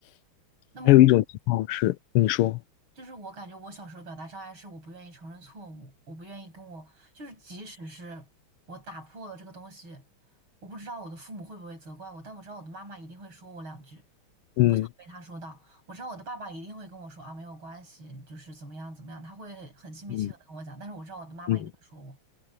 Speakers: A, on the right; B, on the left.
A: 那么我
B: 还有一种情况是，你说，
A: 就是我感觉我小时候表达障碍是我不愿意承认错误，我不愿意跟我就是即使是我打破了这个东西，我不知道我的父母会不会责怪我，但我知道我的妈妈一定会说我两句，
B: 嗯
A: 我不想被她说到。我知道我的爸爸一定会跟我说啊，没有关系，就是怎么样怎么样，他会很心平气和的跟我讲，
B: 嗯
A: 但是我知道我的妈妈一定会说我。
B: 嗯。